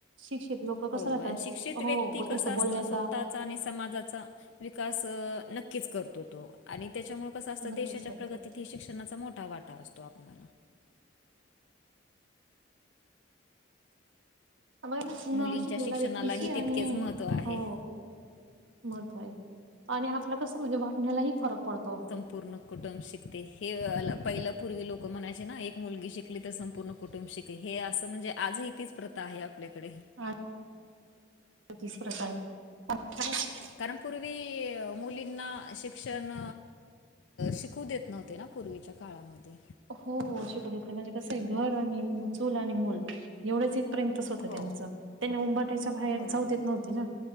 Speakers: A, on the right; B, on the left.
A: शिक्षित लोक
B: हो
A: कसं राहतात
B: आणि शिक्षित
A: हो
B: व्यक्ती
A: त्यांचा
B: कसं
A: बोलण्याचा
B: असतं, स्वतःचा आणि समाजाचा विकास अ नक्कीच करतो. तो आणि त्याच्यामुळे कसं असतं,
A: नक्कीच
B: देशाच्या
A: करतो
B: प्रगतीतही शिक्षणाचा मोठा वाटा असतो आपला
A: आम्हाला न
B: मुलींच्या
A: <unintelligible> शिकलेल्या
B: शिक्षणालाही
A: व्यक्तीची आणि
B: तितकेच महत्त्व आहे
A: हो महत्व आहे आणि आपलं कसं म्हणजे वागण्यालाही फरक पडतो.
B: पूर्ण कुटुंब शिकते हे पहिलं पूर्वी लोक म्हणायचे ना एक मुलगी शिकली तर संपूर्ण कुटुंब शिकते. हे असं म्हणजे आजही तीच प्रथा आहे आपल्याकडे.
A: हा तीच प्रथा आहे आ <unintelligible>
B: कारण पूर्वी मुलींना शिक शन शिकू देत नव्हते ना पूर्वीच्या काळामध्ये.
A: हो शिकू देत नै. म्हणजे कसं आहे घर आणि चूल आणि मूल एवढंच इथपर्यंत असंच होतं
B: हो
A: त्यांचं. त्यांना उंबरठ्याच्या बाहेर
B: बरोबर
A: जाऊ देत
B: आहे
A: नव्हते ना.